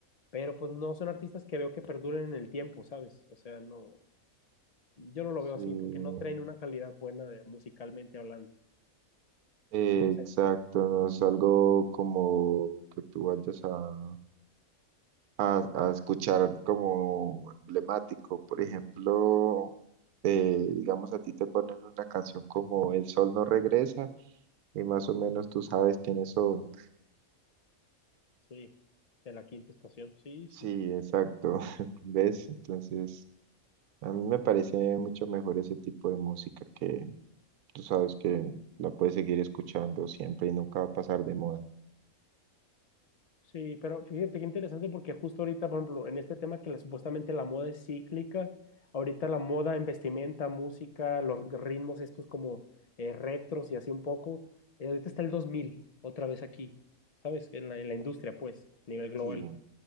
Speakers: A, on the left (about 40°); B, on the right (about 85°).
A: pero pues no son artistas que veo que perduren en el tiempo, ¿sabes? O sea, no, yo no lo
B: sí,
A: veo así, porque no traen una calidad buena de, musicalmente hablando.
B: eh,
A: No
B: exacto.
A: sé,
B: No es algo como que tú vayas a, a, a escuchar como emblemático. Por ejemplo, eh, digamos, a ti te ponen una canción como El sol no regresa y más o menos tú sabes quiénes son.
A: sí, de la quinta estación, sí,
B: Sí,
A: sí.
B: exacto. <laughs> ¿Ves? Entonces, a mí me parece mucho mejor ese tipo de música que tú sabes que la puedes seguir escuchando siempre y nunca va a pasar de moda.
A: Sí, pero fíjate qué interesante porque justo ahorita, por ejemplo, en este tema que la- supuestamente la moda es cíclica, ahorita la moda en vestimenta, música, los ritmos estos como eh, retros y así un poco, eh, ahorita está el 2000 otra vez aquí, ¿sabes? En la, en la industria, pues, a nivel global.
B: Sí,